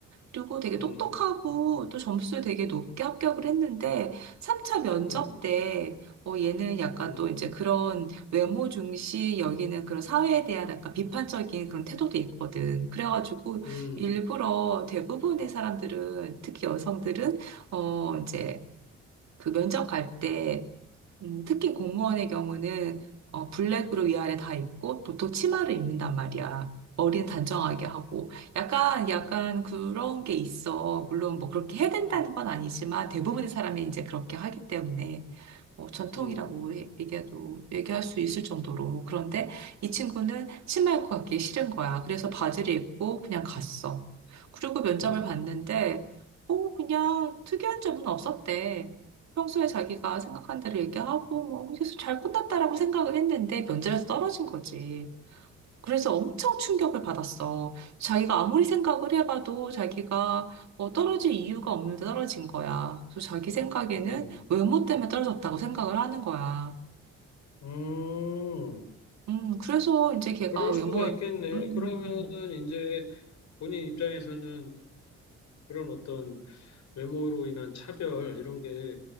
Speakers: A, on the right; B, on the left.
A: 그리고 되게
B: 음,
A: 똑똑하고 또 점수 되게 높게 합격을 했는데 3차 면접
B: 음,
A: 때 어, 얘는 약간
B: 음,
A: 또
B: 음,
A: 이제 그런 외모 중시 여기는 그런 사회에 대한 약간 비판적인 그런 태도도 있거든. 그래가지고
B: 음,
A: 일부러 대부분의 사람들은 특히 여성들은 어, 이제 그 면접 갈때 음, 특히 공무원의 경우는 어, 블랙으로 위아래 다 입고 보통 치마를 입는단 말이야. 머리는 단정하게 하고 약간 약간 그런 게 있어. 물론 뭐 그렇게 해야 된다는
B: 음,
A: 건 아니지만 대부분의 사람이 이제 그렇게 하기 때문에 뭐 전통이라고
B: 음,
A: 해- 얘기해도 얘기할 수 있을 정도로 뭐 그런데 이 친구는 치마 입고 가기 싫은 거야. 그래서 바지를 입고 그냥 갔어. 그리고 면접을
B: 음,
A: 봤는데 어 그냥 특이한 점은 없었대. 평소에 자기가 생각한 대로 얘기하고, 뭐, 그래서 잘 끝났다라고 생각을 했는데 면접에서 떨어진 거지. 그래서 엄청 충격을 받았어. 자기가 아무리 생각을 해봐도 자기가 어, 떨어질 이유가 없는데 떨어진 거야. 그래서 자기 생각에는
B: 음,
A: 외모 때문에 떨어졌다고 생각을 하는 거야.
B: 음.
A: 음, 그래서 이제 걔가
B: 그럴
A: 외모,
B: 수가 있겠네.
A: 음,
B: 그러면은
A: 음.
B: 이제 본인 입장에서는 그런 어떤 외모로 인한 차별 이런 게